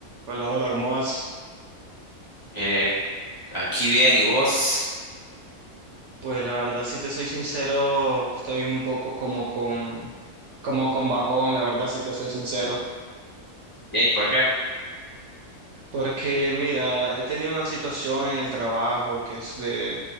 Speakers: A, on the right; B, on the left.
A: Hola, hola, ¿cómo vas?
B: Eh, aquí bien, ¿y vos?
A: Pues la verdad, si te soy sincero, estoy un poco como con, como con bajón, la verdad, si te soy sincero.
B: ¿Y por qué?
A: Porque mira, he tenido una situación en el trabajo que es de,